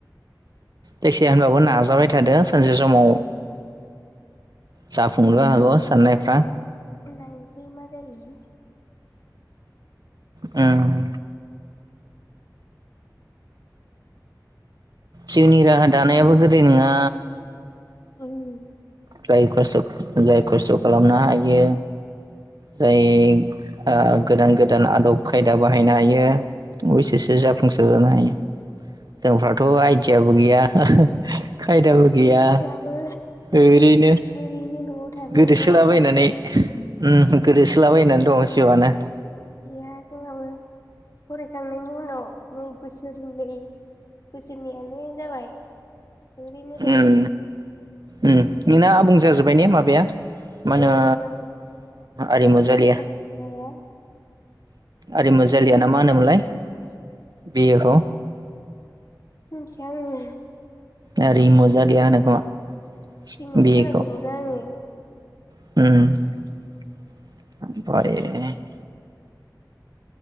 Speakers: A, on the right; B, on the left.
A: जायखिजाया होनबाबो नाजाबाय थादो सानसे समाव जाफुंनोबो हागौ साननायफ्रा।
B: नायनोसै मा जायो।
A: ओम। जिउनि राहा दानायाबो गोरलै नङा।
B: उम
A: जाय खस्थ जाय खस्थ' खालामनो हायो जाय ओ गोदान गोदान आदब खायदा बाहायनो हायो। बेसोरसो जाफुंसार जानो हायो जोंफ्राथ' आइदियाबो गैया खायदाबो
B: मोनथियाबो
A: गैया ओरैनो
B: ओरैनो न'आव थानायल'
A: गोदोसोलाबायनानै
B: नङा
A: ओम गोदोसोलाबायनानै दं जिउआनो।
B: गैया जोंनाबो फरायखांनायनि उनाव नै बोसोरनै बोसोरनैयानो जाबाय। ओरैनो दं
A: ओम ओम नोंना आबुं जाजोब्बाय ने माबाया
B: औ
A: मा होनो
B: जाबायमोन
A: आरिमु
B: फरायसालिमाया
A: जालिया आरिमु जालियाना मा होनोमोनलाय बि एखौ
B: मिथिया आङो
A: आरिमु जालिया होनो खोमा
B: दिनैसो
A: बि
B: खोनाफेरबावदों
A: ए खौ।
B: आङो
A: ओम